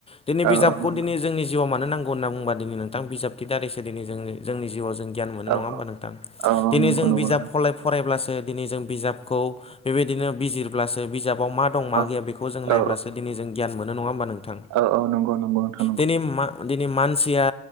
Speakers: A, on the left; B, on the right.
A: दिनै
B: औ
A: बिजाबखौ
B: औ नंगौ
A: दिनै जोंनि जिउआव मानो नांगौ होनना बुंबा दिनै नोंथां बिजाबनि दारैसो दिनै जों जोंनि जिउआव जों गियाव मोनो
B: औ
A: नङा होमबा नोंथां?
B: औ औ
A: दिनै
B: नंगौ
A: जों
B: नंगौ
A: बिजाब
B: नोंथां
A: फलाय फरायब्लासो दिनै जों बिजाबखौ बेबायदिनो बिजिर अब्लासो बिजाबाव मा दं मा गैया
B: औ
A: बेखौ जों
B: औ
A: नायब्लासो दिन जों गियान मोनो नङा होमबा नों थां?
B: औ औ नंगौ नंगौ नोंथां
A: दिनै मा दिनै मानसिया